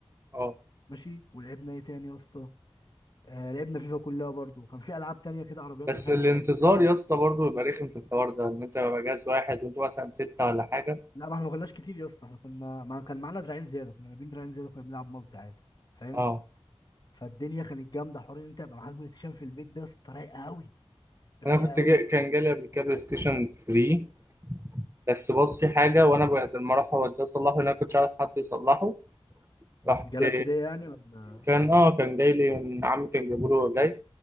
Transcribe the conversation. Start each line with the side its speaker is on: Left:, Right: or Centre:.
Right: اه
Left: ماشي ولعبنا ايه تاني يا اسطى آه لعبنا فيفا كلها برضو كان في العاب تانية كده عربيات
Right: بس
Left: مش عارف
Right: الانتظار
Left: لعبنا
Right: يا اسطى برضه بيبقى رخم في الحوار ده ان انت بيبقى جهاز واحد وانت مثلا ستة ولا حاجه
Left: لا ما احنا ما كناش كتير يا اسطى احنا كنا ما كان معانا دراعين زياده كنا جايبين دراعين زياده كنا بنلعب مالتي عادي فاهم
Right: اه
Left: فالدنيا كانت جامده حوار ان انت يبقى معاك بلاي ستيشن في البيت ده يا اسطى رايقه قوي رايقه
Right: انا كنت
Left: قوي
Right: جاي كان جالي قبل كده بلاي ستيشن 3 بس باظ فيه حاجه وانا بعد ما راح اوديه اصلحه لان انا كنتش عارف حد يصلحه رحت
Left: جالك كده يعني ولا
Right: كان اه كان جاي لي من عمي كان جايبه له جاي